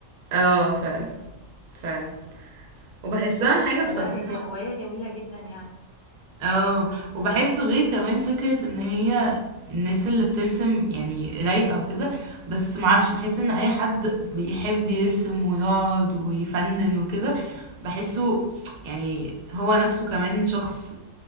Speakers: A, on the right (about 50°); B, on the left (about 65°).
A: اه فعلا فعلا وبحسها حاجة
B: فلا
A: بصراحة
B: هي هواية جميلة جدا يعني
A: اه وبحس غير كمان فكرة ان هي الناس اللي بترسم يعني رايقة وكده بس معرفش بحس ان اي حد بيحب يرسم ويقعد ويفنن وكده بحسه يعني هو نفسه كمان شخص